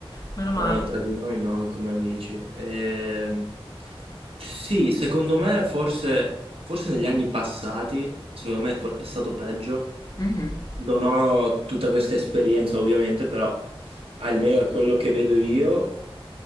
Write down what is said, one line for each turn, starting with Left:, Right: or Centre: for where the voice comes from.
Left: Meno
Right: No,
Left: male.
Right: no, tra di noi no, come amici. Ehm, sì, secondo me forse, forse negli anni passati, secondo me for- è stato peggio,
Left: Mhm,
Right: Non ho tutta questa esperienza ovviamente, però almeno da quello che vedo io,